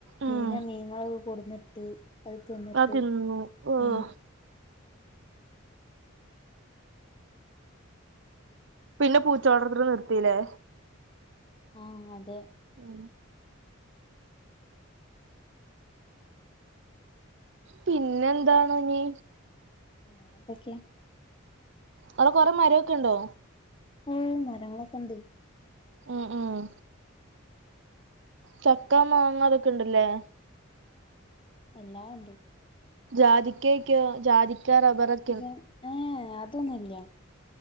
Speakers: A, on the left; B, on the right.
A: ചീന
B: ഉം
A: മീനങ്ങളൊക്കെ കൊടന്നിട്ട് അത് തിന്നിട്ട്
B: അത് തിന്നു ഓഹ്
A: ഉം
B: പിന്നെ പൂച്ച വളർത്തൽ നിർത്തില്ലേ
A: ആഹ് അതെ
B: ഉം പിന്നെന്താണ് ഇനി
A: വേറെന്തൊക്കെയാ
B: അവിടെ കുറേ മരമൊക്കെ ഉണ്ടോ
A: ഓഹ് മരങ്ങളൊക്കെ ഉണ്ട്.
B: ഉം ഉം ചക്കാ മാങ്ങ അതൊക്കെ ഇണ്ടല്ലേ
A: എല്ലാ ഉണ്ട്
B: ജാതിക്ക ഒക്കെയ ജാതിക്കാ റബ്ബർ ഒക്കെ
A: ജാ ഏഹ് അതൊന്നുംല്ലാ